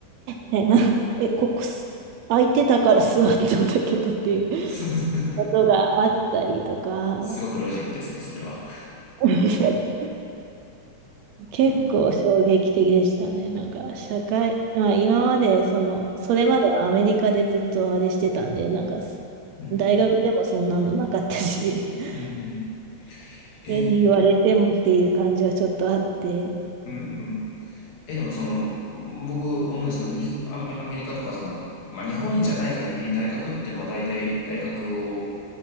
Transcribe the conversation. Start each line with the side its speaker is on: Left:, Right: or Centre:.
Right: ね、な、え、ここす空いてたから座ったんだけどっていう
Left: <laughs>
Right: ことがあったりとか、
Left: すごくロジックですね、それは。
Right: <laughs> 結構衝撃的でしたね。
Left: うん。
Right: なんか社会、まあ今までその、それまではアメリカでずっとあれしてたんで、なんかす大学でもそんなのなかったし、
Left: うんうん
Right: <laughs>
Left: うんうん。え
Right: 急に言われてもっていう感じはちょっとあって、
Left: うんうん。え、でもその、僕思うんですけど、にアメ、アメリカとかその、まあ日本じゃない限り大学っていうのは大体大学を、